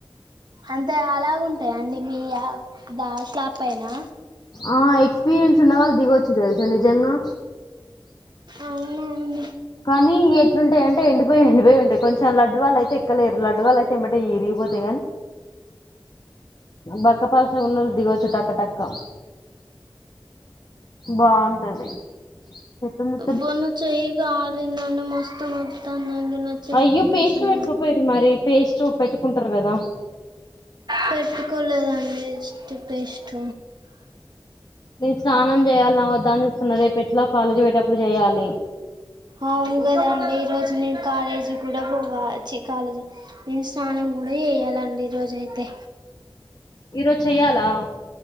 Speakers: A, on the right (about 55°); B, on the left (about 50°).
A: అంత అలాగు ఉంటాయి అండి మీ ద స్లాప్ పైనా
B: ఆ ఎక్స్పీరియన్స్ ఉన్న వాళ్ళు దిగొచ్చు తెలుసా నిజంగా
A: అవునండి
B: కానీ ఎట్లుంటాయంటే ఎండిపోయి ఎండిపోయి ఉంటాయి కొెం లడ్డు వాళ్ళ అయితే ఎక్కలేరు లడ్డు వాళ్ళ అయితే ఏమంటే ఈరి పోతెగన్ బక్కపల్స ఉన్నోళ్లుు దిగవచ్చు టక్క టక్క బాగుంటది చెంది
A: మొన్ను చెయ్యి కాలిందని మొస్తు నిర్తాంద న చెయ్య
B: అయ్యో
A: ఇద
B: పేస్ట్
A: స
B: పెట్టుకోపోయిరు మరి పేస్ట్ పెట్టుకుంటర్ కదా
A: పెట్టుకోలేదండి ఎస్ట్ పేస్ట్
B: నేన్ స్నానం చేయాల్న వద్దా అని చూస్తున్న రే పెట్టిలో కాలేజీ పెయటప్పుడు చేయ్యాలి
A: అవును కదా అండి ఈ రోజు నేను కాలేజీ కూడ పోవ చ్చి కాలేజీ నేను స్నానం ముడే వేయాలండి ఈరోోజైతే
B: ఈ రోజ్ చెయ్యాలా